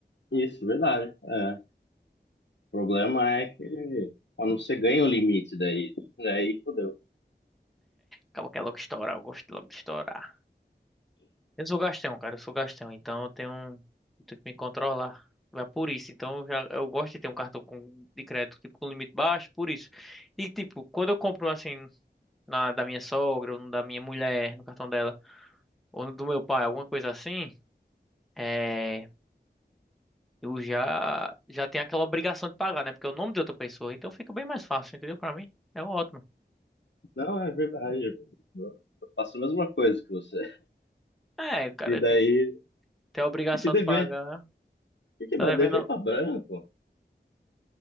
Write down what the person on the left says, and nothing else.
Isso, verdade. É. O problema é que quando você ganha o limite daí, daí fodeu.
Não, é verdade. Eu faço a mesma coisa que você.
E daí,
tem que dever.
Porque,
mano,
dever pra branco,